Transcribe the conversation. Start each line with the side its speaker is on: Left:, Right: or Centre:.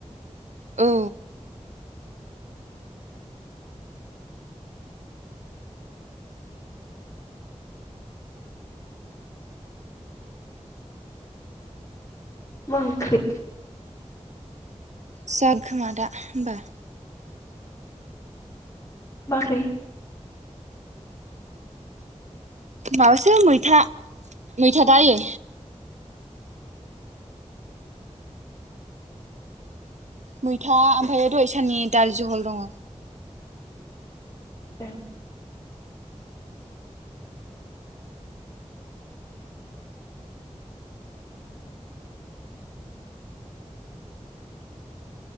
Right: औ
Left: मा ओंख्रि?
Right: जार खोमा दा होनबा।
Left: मारै?
Right: माबासो मैथा‌। मैथा दा आयै? मैथा ओमफायो दहाय साननि दालि जहल दङ।
Left: <inaudible>